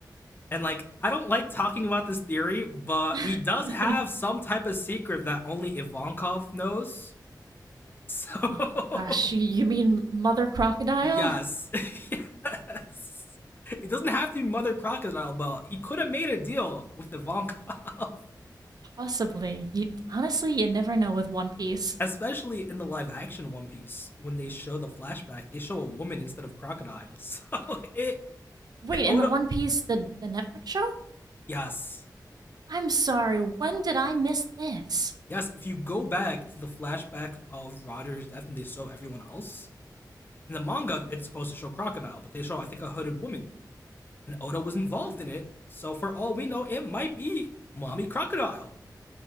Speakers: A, on the left (about 30°); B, on the right (about 60°).
A: And like, I don't like talking about this theory, but
B: <laughs>
A: he does have some type of secret that only Ivankov knows. So,
B: Oh, gosh, you you
A: <laughs>
B: mean Mother Crocodile?
A: yes, <laughs> yes. It doesn't have to be Mother Crocodile, but he could have made a deal with Ivankov.
B: Possibly. You honestly, you never know with One Piece.
A: <laughs> Especially in the live action One Piece, when they show the flashback, they show a woman instead of crocodile. <laughs> So it
B: Wait,
A: and
B: in
A: Oda,
B: the One Piece, the the Netflix show?
A: yes,
B: I'm sorry, when did I miss this?
A: yes. If you go back to the flashback of Roger's death and they show everyone else, In the manga, it's supposed to show crocodile, but they show I think a hooded woman, and Oda was involved in it. So for all we know, it might be mommy crocodile,